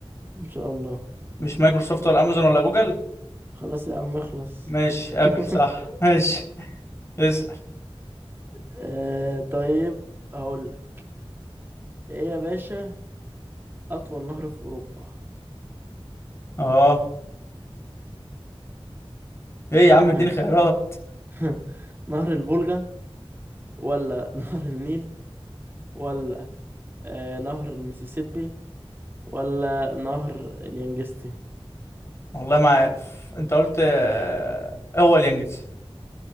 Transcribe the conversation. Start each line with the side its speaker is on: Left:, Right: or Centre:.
Right: ان شاء الله
Left: مش مايكروسوفت ولا امازون ولا جوجل
Right: خلاص يا عم اخلص
Left: ماشي
Right: <laughs>
Left: ابل صح <laughs> ماشي اسال
Right: آه طيب هقول لك ايه يا باشا اطول نهر في اوروبا
Left: اه ايه يا عم اديني
Right: ها
Left: خيارات
Right: <laughs> نهر الفولجا ولا <laughs> نهر النيل ولا آه نهر المسيسيبي ولا نهر اليانجستي <laughs>
Left: والله ما عارف انت قلت آه، هو اليانجتسي